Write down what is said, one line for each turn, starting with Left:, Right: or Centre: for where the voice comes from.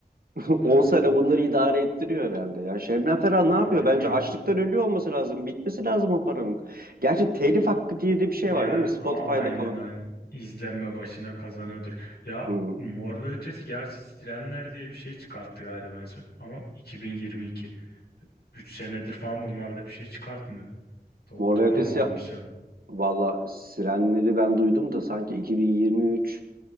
Right: <laughs>
Left: Ben
Right: 10 sene
Left: bi-
Right: bunları idare ettiriyor herhalde ya. Şebnem Ferah ne
Left: bi-
Right: yapıyor?
Left: bilmem.
Right: Bence açlıktan ölüyor olması lazım. Bitmesi lazım o paranın. Gerçi telif hakkı diye de bir şey
Left: Ya
Right: var değil mi? Spotify'da
Left: a- aynen
Right: falan.
Left: aynen. İzlenme başına kazanıyordur. Ya
Right: Hmm.
Left: Mor ve Ötesi gerçi Sirenler diye bir şey çıkarttı galiba en son. Ama 2022. üç senedir falan bunlarda bir şey çıkartmıyor. Do-
Right: Mor
Left: doğru
Right: ve Ötesi
Left: mu anımsıyorum?
Right: Valla Sirenleri ben duydum da sanki 2023